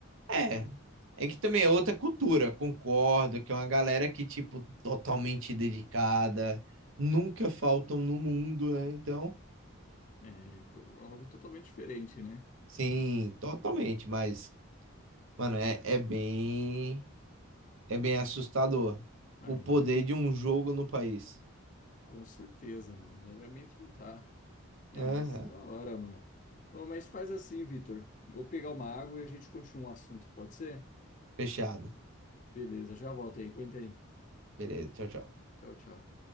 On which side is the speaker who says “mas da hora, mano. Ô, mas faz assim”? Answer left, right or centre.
Left